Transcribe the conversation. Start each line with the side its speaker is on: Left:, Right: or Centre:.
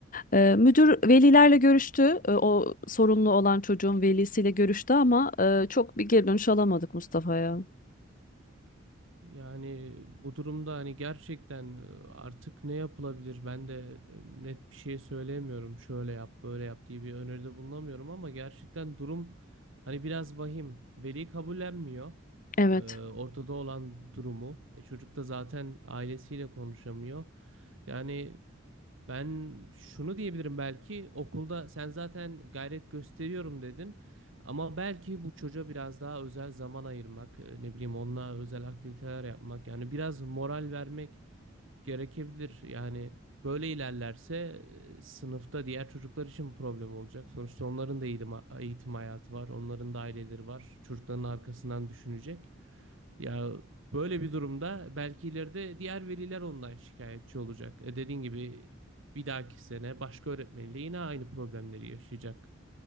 Left: Ee, müdür velilerle görüştü. Ee, o sorunlu olan çocuğun velisiyle görüştü ama e, çok bir geri dönüş alamadık Mustafa'ya.
Right: Yani bu durumda hani gerçekten e, artık ne yapılabilir? Ben de e, net bir şey söyleyemiyorum. Şöyle yap, böyle yap diye bir öneride bulunamıyorum ama gerçekten durum hani biraz vahim. Veli kabullenmiyor.
Left: Evet.
Right: e, ortada olan durumu. E, çocuk da zaten ailesiyle konuşamıyor. Yani Ben şunu diyebilirim belki okulda sen zaten gayret gösteriyorum dedin ama belki bu çocuğa biraz daha özel zaman ayırmak e, ne bileyim onunla özel aktiviteler yapmak yani biraz moral vermek gerekebilir. Yani böyle ilerlerse e, sınıfta diğer çocuklar için problem olacak. Sonuçta onların da eğitim, eğitim hayatı var, onların da aileleri var. Çocukların arkasından düşünecek. Ya böyle bir durumda belki ileride diğer veliler ondan şikayetçi olacak. E dediğin gibi bir dahaki sene başka öğretmenle yine aynı problemleri yaşayacak.